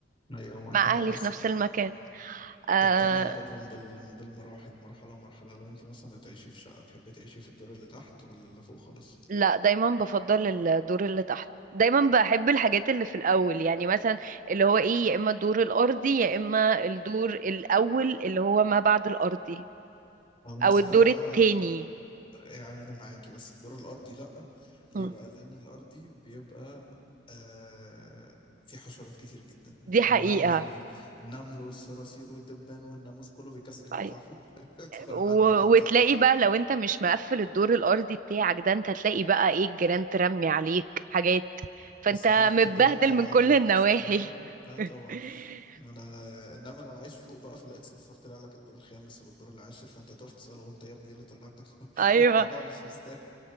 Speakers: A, on the left (about 30°); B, on the right (about 45°).
A: ايوه معاك
B: مع
A: حق
B: اهلي
A: الس-
B: في نفس المكان آه،
A: طب تعالي ناخدهم بال... بالمراحل مرحله مرحله لو انت مثلا هتعيشي في شقه تحبي تعيشي في الدور اللي تحت ولا اللي فوق خالص
B: لا دايما بفضل الدور اللي تحت دايما بحب الحاجات اللي في الاول يعني مثلا اللي هو ايه يا اما الدور الارضي يا اما الدور الاول اللي هو ما بعد الارضي
A: او المشكله
B: او الدور
A: بقى
B: التاني
A: يعني انا معاكي بس الدور الارضي لا ليه
B: م.
A: بقى لان الارضي بيبقى آه... في حشرات كتير جدا
B: دي حقيقة
A: النمل ب... النمل والصراصير والدبان والناموس كله بيكسل
B: أيوة.
A: يطلع فوق <laughs> ادخل
B: و...
A: عندك انت
B: وتلاقي
A: على طول
B: بقى لو انت مش مقفل الدور الارضي بتاعك ده انت تلاقي بقى ايه الجيران ترمي عليك حاجات فانت
A: بس أو الجيران
B: متبهدل
A: طالعه
B: من كل
A: جيران
B: النواحي
A: نازله اه اه طبعا
B: <laughs>
A: ما انا انما لو عايش فوق بقى فلقيت صرصار طلع لك الدور الخامس ولا الدور العاشر فانت تقف تساله وانت يا ابني ايه اللي طلعك ده كله
B: ايوه
A: <laughs> الموضوع مش مستاهل